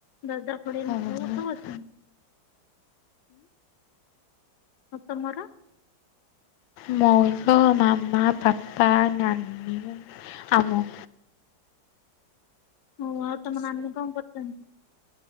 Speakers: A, on the left; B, on the left.
A: ଦଦା, ଖୁଡ଼ିମାନେ
B: ହୁଁ
A: ସବୁ ସାଙ୍ଗରେ ଅଛନ୍ତି? ଆଉ ତମର?
B: ମୋର ତ ମାମା, ବାପା, ନାନୀ ଆଉ ମୁଁ।
A: ହଉ ଆଉ ତମ ନାନୀ କଣ କରୁଛନ୍ତି?